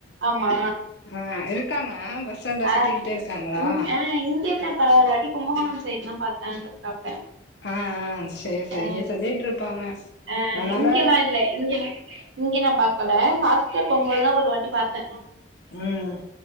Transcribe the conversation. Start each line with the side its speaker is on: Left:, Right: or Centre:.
Right: ஆமா
Left: ஆ இருக்காங்க பஸ் ஸ்டாண்ட்ல
Right: அ
Left: சுத்திக்கிட்டே இருக்காங்களா
Right: இங் ஆ இங்கதா தா பா அது அடி கும்பகோண சைடு தா பாத்தாங்க சாப்ட்ட
Left: ஆ ஆ சேரி சேரி
Right: அ
Left: இங்க சொல்லிட்ருப்பாங்க
Right: அ
Left: அதனால
Right: இங்கலா இல்ல இங்க இங்க நா பாக்கல ஹாஸ்பிட்டல் போகு போதுதா ஒரு வாட்டி பாத்த
Left: ம்